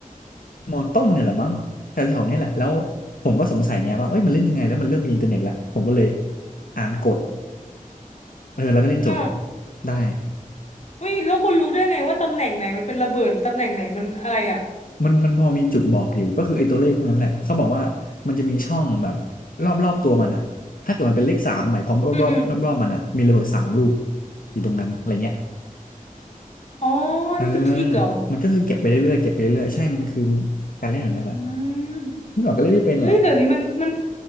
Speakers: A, on the left; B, on the left.
A: มต้นเนี่ยแหละมั้งแถวๆเนี้ยแหละแล้วผมก็สงสัยไงว่าเอ้ยมันเล่นยังไงแล้วมันเริ่มมีอินเทอร์เน็ตละผมก็เลยอ่านกฎเออแล้วก็เล่นจบ
B: เอา
A: ได้
B: อุ้ยแล้วคุณรู้ได้ไงว่าตำแหน่งไหนมันเป็นระเบิดตำแหน่งไหนมันอะไรอ่ะ
A: มันมันพอมีจุดบอกอยู่ก็คือไอ้ตัวเลขพวกนั้นแหละเขาบอกว่ามันจะมีช่องแบบรอบรอบตัวมันอะถ้าเกิดมันเป็นเลขสามหมายความรอบรอบรอบรอบๆมันอะมีระเบิดสามลูก
B: อืมอืม
A: อยู่ตรงนั้นอะไรเงี้ย
B: อ๋อ
A: เออ
B: นี่คือทิกเหรอ
A: มันก็คือเก็บไปเรื่อยๆเก็บไปเรื่อยๆใช่มันคือการเล่นแบบนี้แหละ
B: อืม
A: เมื่อก่อนก็เล่นไม่เป็นหรอก
B: เฮ้ยเดี๋ยวนี้มันมัน